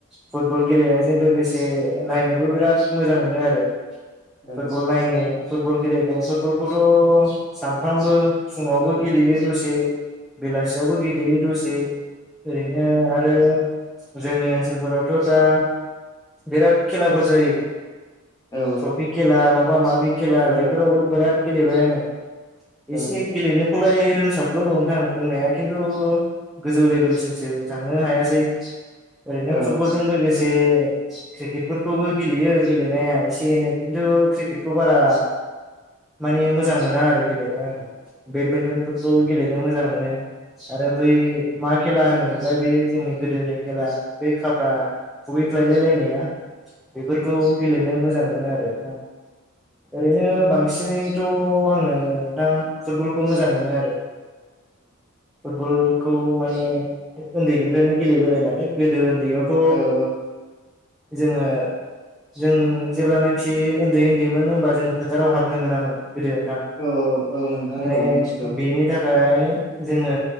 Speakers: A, in the centre; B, on the left.
A: फुटबल गेलेनायजों लोगोसे नायनोबो बिराद मोजां मोनो आरो।
B: औ
A: फुटबल नायनो फुटबल गेले नो फुटबलखौथ' सामफ्रामबो फुङावबो गेलेयो दसे बेलासियावबो गेलेयो दसे ओरै'नो आरो। जोंनि ओनसोल फोरावथ' दा बिराद खेलाफोर जायो।
B: औ
A: ट्रपि खेला माबा मााब खेला
B: औ
A: बे बिराद गेलेबाय आङो। एसे
B: औ
A: गेलेनो खौलाय रोंसाबगौ नोंथां रोंनाया। खिन्थु गोजौ लेभेलसिमसो थांनो हायासै। ओरै'नो
B: औ
A: फुटबलजों लोगोसे क्रिकेटफोर'खौबो गेलेयो गेलेनाया एसे एनै खिन्थु क्रिकेटखौ बारा माने मोजां मोना आरो गेलेनो आङो बेडमिन्टन फोरखौ गेलेनो मोजां मोनो। आरो बै मा खेला होनोमोनलाय बैयो जोंनि गोदोनि खेला बे खाफ्रा खुबैय खायलाय लायनाया बेफोरखौ गेलेनो मोजां मोनो आरो। ओरै'नो बांसिनैथ' आङो दा फुटबल'खौ मोजां मोनो आरो। फुटबल'खौ माने उन्दैनिफ्रायनो गेलेबोनाय नालाय गोदो उन्द' दैै यावथ'
B: औ
A: जोङो जों जेब्लानाखि उन्दै उन्दैमोन होमबा जोङो। फो टाराव हाबनो मोनामोन गोदोथाम
B: औ औ नोंथां
A: माने
B: औ मिथिगौ
A: बेनि थाखाय फ्राय जोङो